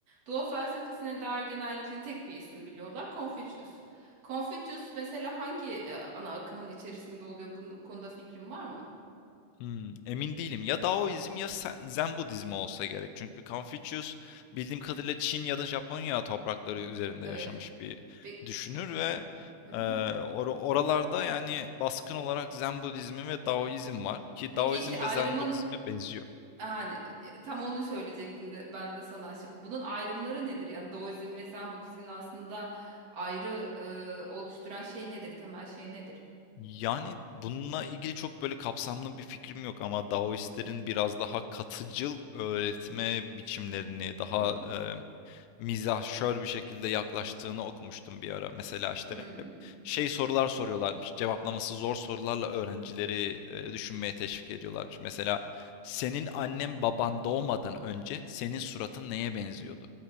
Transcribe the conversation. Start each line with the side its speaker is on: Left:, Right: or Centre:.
Right: Doğu felsefesine dair genellikle tek bir isim biliyorlar. Confucius. Confucius mesela hangi e, ana akımın içerisinde oluyor? Bu konuda fikrin var mı?
Left: Hmm, emin değilim. Ya Daoizm ya Sen- Zen Budizmi olsa gerek. Çünkü Confucius bildiğim kadarıyla Çin ya da Japonya toprakları üzerinde
Right: Evet.
Left: yaşamış bir
Right: Pe-
Left: düşünür ve
Right: Hı hı.
Left: e, or- oralarda yani baskın olarak Zen Budizmi ve Daoizm var ki
Right: Peki
Left: Daoizm
Right: işte ayrımın
Left: ve Zen Budizmi benziyor.
Right: Yani e, tam onu söyleyecektim de ben de sana şey- bunun ayrımları nedir? Yani Daoizm ve Zen Budizm'in aslında ayrı e, oluşturan şey nedir? Temel şey nedir?
Left: Yani bununla ilgili çok böyle kapsamlı bir fikrim yok ama Daoistlerin biraz daha katıcıl öğretme biçimlerini, daha
Right: Hmm.
Left: mizahşör bir şekilde yaklaştığını okumuştum bir ara. Mesela işte
Right: Hmm.
Left: şey sorular soruyorlarmış. Cevaplaması zor sorularla öğrencileri e, düşünmeye teşvik ediyorlarmış. Mesela senin annen baban doğmadan önce senin suratın neye benziyordu?